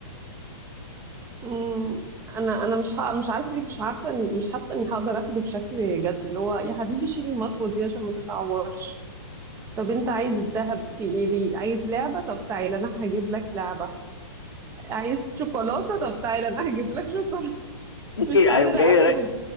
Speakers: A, on the right; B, on the left.
A: مم، انا انا مش ه... مش عارفه دي مش عارفه إن- مش حاسه اني هقدر اخده بشكل جد اللي هو يا حبيبي شيل المطوه دي عشان ما تتعورش طب انت عايز الذهب في ايه ليه عايز لعبه طب تعالى انا هجيب لك لعبه عايز شوكولاته طب تعالى انا هجيب لك شوكولاته <laughs>
B: ممكن
A: مش قادره
B: هيقوم جاي
A: اخده
B: ر-